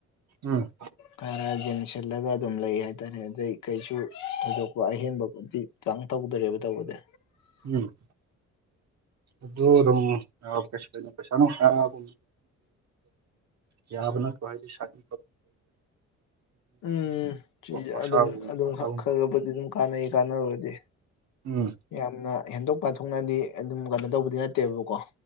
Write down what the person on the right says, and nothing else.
ꯎꯝ
ꯎꯝ ꯑꯗꯨ ꯑꯗꯨꯝꯩ ꯄꯩꯁꯥ ꯅꯨꯡꯁ ꯑꯗꯨ ꯌꯥꯕꯅ ꯀꯣ ꯍꯥꯏꯗꯤꯦ ꯁꯥ ꯀ
ꯈꯣꯔꯁꯥꯒꯨꯝꯕ
ꯈꯣꯔꯁꯥꯒꯨꯝꯕ
ꯎꯝ